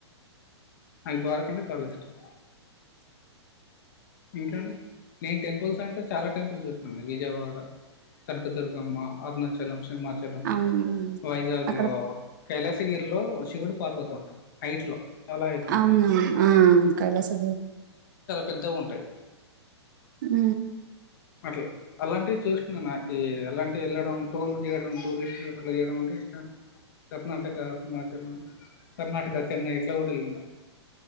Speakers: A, on the left; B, on the right.
A: అండ్ ద్వారక అంటే చాలా ఇష్టం. ఇంకా నేను టెంపుల్స్ అంటే చాలా టెంపుల్ చూసాండి విజయవాడ కనకదుర్గమ్మా అరుణాచలం సింహాచలం
B: అవునా
A: వైజాగ్
B: అక్కడ
A: లో కైలాసగిరిలో శివుడు పార్వతి ఉంటరు హైట్ లో చాలా హైట్ ఉంటారు
B: అవునా ఆ కైలాసగిరి
A: పెద్దగుంటయి.
B: ఊ
A: అట్ల అలాంటివి చూశ్న నాకీ అలాంటివి వెళ్ళడం, టూర్ చేయడం, టూరిస్ట్ అట్ల చేయడం అంటే ఇష్టం. కర్ణాటక సింహాచలం కర్ణటక చెన్నై ఇట్ల గూడా ఎల్లిన